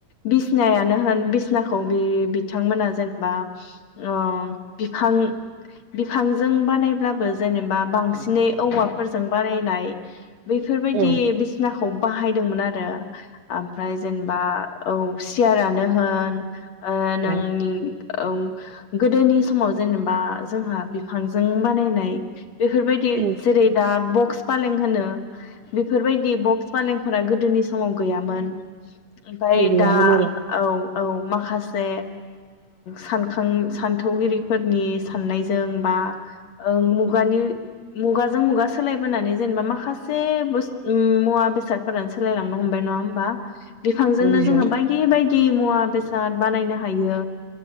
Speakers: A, on the left; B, on the right.
A: बिसनायानो होन बिसनाखौ बि बिथांमोना जेनोबा ओ बिफां बिफांजों बानायब्लाबो जेनेबा बांसिनै औवाफोरजों बानायनाय। <inaudible> बेफोरबायदि
B: नंगौ
A: बिसिना खौ बाहायदोंमोन आरो ओमफ्राय जेनोबा। औ सियारानो होन। ओ नोंनि
B: औ
A: औ गोदोनि समाव जेनोबा जोंहा बिफांजों बानायनाय बेफोरबायदि
B: औ
A: जेरै दा बक्स फालें होनो। बेफोरबायदि बक्स फालें। फोरा गोदोनि समाव गैयामोन। ओमफाय
B: गैयामोन
A: दा
B: आरो
A: औ औ माखासे सानखां सान्थौगिरिफोरनि साननायजों बा मुगानि मुगाजों मुगा सोलायबोनानै जेनोबा माखासे मुवा बेसादफोरानो सोलायलांनो हमबाय नङा होमबा‌। <inaudible> बिफांजोंनो
B: औ नंगौ
A: जोङो बायदि बाय मुवा बेसाद बानायनो हायो।